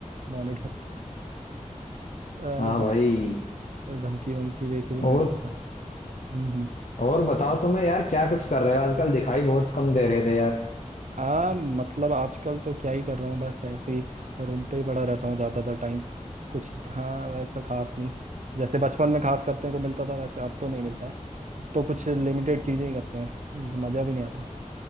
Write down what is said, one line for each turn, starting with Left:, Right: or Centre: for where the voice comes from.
Right: मॉनिटर पर
Left: हाँ भाई
Right: धमकी वमकी दे के भी
Left: और
Right: नहीं होता था हम्म हम्म।
Left: और बताओ तुम्हें यार क्या कुछ कर रहे हो आजकल दिखाई बहुत कम दे रहे थे यार
Right: आ मतलब आजकल तो क्या ही कर रहा हूँ बस ऐसे ही रूम पे ही पड़ा रहता हूँ ज़्यादातर टाइम कुछ हाँ वैसा खास नहीं जैसे बचपन में खास करने को मिलता था वैसे अब तो नहीं मिलता है अब तो कुछ लिमिटेड चीज़ें ही करते हैं मज़ा भी नहीं आता